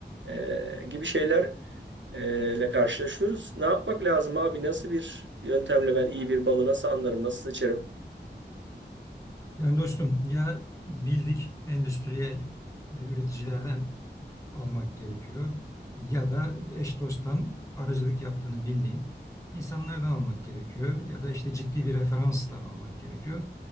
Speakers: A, on the right; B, on the left.
A: E, gibi şeyler e, ile karşılaşıyoruz. Ne yapmak lazım abi? Nasıl bir yöntemle ben iyi bir balı nasıl anlarım, nasıl seçerim?
B: Yani dostum ya bildik endüstriyel e, üreticilerden almak gerekiyor ya da eş dosttan aracılık yaptığını bildiğin insanlardan almak gerekiyor ya da işte ciddi bir referansla almak gerekiyor.